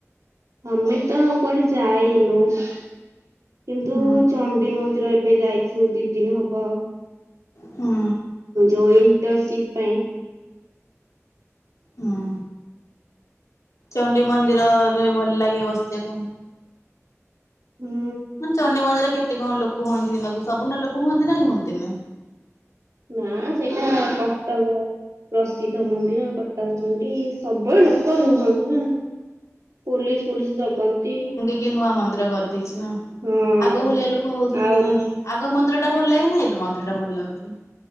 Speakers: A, on the right; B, on the left.
A: ଆମେ ତ କୁଆଡେ ଯାଇନୁ କିନ୍ତୁ
B: ହୁଁ
A: ଚଣ୍ଡି ମନ୍ଦିର ଯାଇଥିଲୁ ଦି ଦିନ ହବ
B: ହୁଁ
A: ଯୋଉ ଇଣ୍ଟର୍ସିପ ପାଇଁ।
B: ହୁଁ ଚଣ୍ଡି ମନ୍ଦିରରେ ଭଲ ଲାଗେ ବସିବାକୁ।
A: ହୁଁ
B: ମାନେ ଚଣ୍ଡିୀ ମନ୍ଦିରେ କେତେ କଣ ଲୋକ ହୁଅନ୍ତି ଦିନକୁ ସବୁଦିନ ଲୋକ ହୁଅନ୍ତି ନା ହୁଅନ୍ତି?
A: ନା ସେଇଟା କଟକ ପ୍ରସିଦ୍ଧ ମନ୍ଦିର କଟକ ଚଣ୍ଡି ସବୁବେଳେ ଲୋକ ରୁହନ୍ତି ନା। ପୋଲିସି ଫୋଲିସି ଜଗନ୍ତି।
B: କିଏ ନୂଆ ମନ୍ଦିର କରିଦେଇଛି ନା,
A: ହଁ
B: ଆଗ ଭଳିଆ ଲୋକ ହଉଛନ୍ତି
A: ଆହୁରି
B: ନା ନାଇଁ? ଆଗ ମନ୍ଦିର ଟା ଭଲ ଲାଗେ ନା, ଏବେ ମନ୍ଦିର ଟା ଭଲ ଲାଗୁଛି?